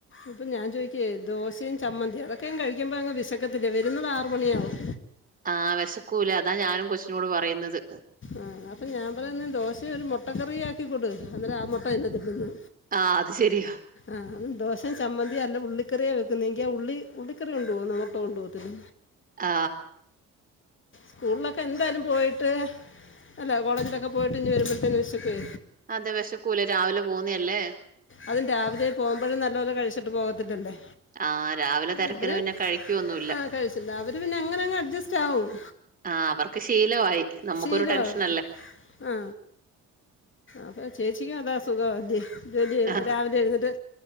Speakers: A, on the left (about 40°); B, on the right (about 30°).
A: അപ്പൊ ഞാൻ ചോയിക്കും ദോശയും ചമ്മന്തിയും അതൊക്കെ കഴിക്കുംമ്പോ അങ്ങ് വെശക്കത്തില്ലെ വെരുന്നത് ആറ് മണിയാവും
B: ആഹ് വെശക്കൂല അതാ ഞാനും കൊച്ചിനോട് പറയുന്നത്
A: ആഹ് അപ്പൊ ഞാൻ പറയുന്ന ദോശ ഒരു മൊട്ടക്കറിയും ആക്കി കൊടു അന്നരം ആ മൊട്ട അയിനാത്തിട്ട്ന്ന്
B: ആ അത് ശെരിയാ
A: ആഹ് ദോശേം ചമ്മന്തിയും അല്ലാ ഉള്ളിക്കറിയാ വെക്കുന്നേങ്കി ആ ഉള്ളി ഉള്ളിക്കറി കൊണ്ടു പോവും എന്ന മൊട്ട കൊണ്ടു പോത്തില്ല
B: ആ
A: സ്കൂൾലക്കെ എന്തായാലും പോയിട്ട് അല്ല കോളേജിലൊക്കെ പോയിട്ട് ഇനി വെരുംമ്പഴ്ത്തേനും വെശക്കെ
B: അതെ വെശക്കൂല രാവിലെ പോന്നല്ലേ
A: അതും രാവിലെ പോവുംമ്പഴും നല്ലപോലെ കഴിച്ചിട്ട് പോത്തില്ലല്ലേ
B: ആഹ് രാവിലെ തെരക്കിന്
A: അവര്
B: പിന്നെ കഴിക്കുവൊന്നുല്ല.
A: ആ കഴിച്ചില്ല അവര് പിന്നങ്ങനങ് അഡ്ജസ്റ്റാവും
B: ആ അവർക്ക് ശീലവായി നമുക്കൊരു
A: ശീലാവും
B: ടെൻഷനല്ലേ?
A: ആ അപ്പം ചേച്ചിക്കും അതാ സുഖം അല്ലെ ജോലിയ്യെത്
B: ആ,
A: രാവിലെ എഴുന്നേറ്റ്